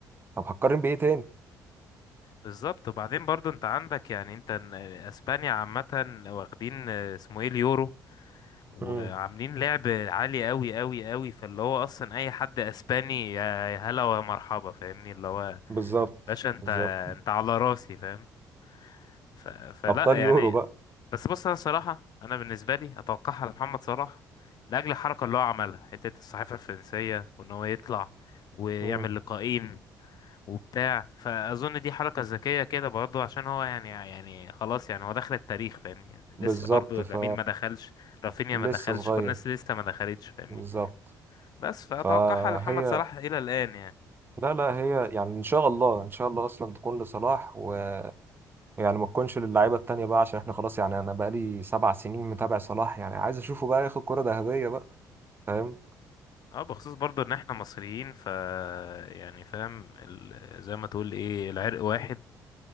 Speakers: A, on the right; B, on the left.
A: طب هتقارن بايه تاني
B: بالظبط وبعدين برضو انت عندك يعني انت ن- اسبانيا عامة واخدين آه، اسمه ايه اليورو وعاملين
A: امم
B: لعب عالي قوي قوي قوي فاللي هو اصلا اي حد اسباني يا يا هلا ومرحبا فاهمني اللي هو
A: بالظبط
B: باشا انت
A: بالظبط
B: انت على راسي فاهم ف... فلا
A: ابطال يورو
B: يعني
A: بقى
B: بس بص انا صراحة انا بالنسبة لي اتوقعها لمحمد صلاح لاجل الحركة اللي هو عملها حتة الصحيفة الفرنسية وان هو يطلع ويعمل
A: امم
B: لقاءين وبتاع فاظن دي حركه ذكيه كده برضه عشان هو يعني يعني خلاص يعني هو دخل التاريخ فاهمني يعني
A: بالظبط
B: لسه برضه
A: ف
B: لامين ما دخلش رافينيا
A: لسه
B: ما دخلش
A: صغير
B: كل الناس لسه ما دخلتش فاهمني
A: بالظبط
B: بس فاتوقعها
A: فهي
B: لمحمد صلاح الى الان يعني
A: لا لا هي يعني ان شاء الله ان شاء الله اصلا تكون لصلاح ويعني ما تكونش للعيبه التانيه بقى عشان احنا خلاص يعني انا بقى لي سبع سنين متابع صلاح يعني عايز اشوفه بقى ياخد كره ذهبيه بقى فاهم
B: اه بخصوص برضه ان احنا مصريين ف يعني فاهم ال- زي ما تقول ايه العرق واحد